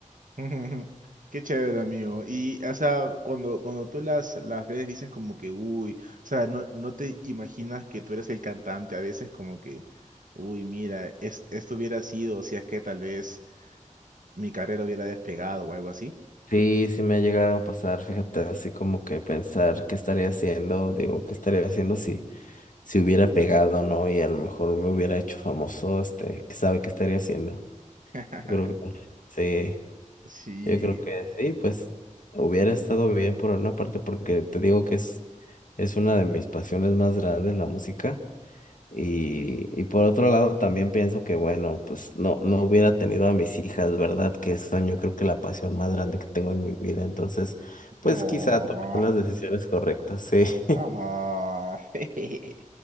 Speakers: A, on the right (about 80°); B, on the left (about 80°).
A: <laughs> Qué chévere, amigo. Y, o sea, cuando, cuando tú las, las ves, dices como que, uy, o sea, no, no te imaginas que tú eres el cantante, a veces como que, uy, mira, es, esto hubiera sido, si es que tal vez mi carrera hubiera despegado o algo así.
B: Sí, sí me ha llegado a pasar, fíjate, así como que pensar qué estaría haciendo, digo, qué estaría haciendo si, si hubiera pegado, ¿no? Y a lo mejor me hubiera hecho famoso, este, que sabe qué estaría haciendo.
A: <laughs>
B: Yo Creo que sí.
A: Sí.
B: Yo creo que sí, pues hubiera estado bien por una parte porque te digo que es, es una de mis pasiones más grandes la música y, y por otro lado también pienso que bueno, pues no, no hubiera tenido a mis hijas, ¿verdad? Que son yo creo que la pasión más grande que tengo en mi vida, entonces pues
A: Oh.
B: quizá tomé las decisiones correctas, sí. <laughs>
A: Ah, <laughs>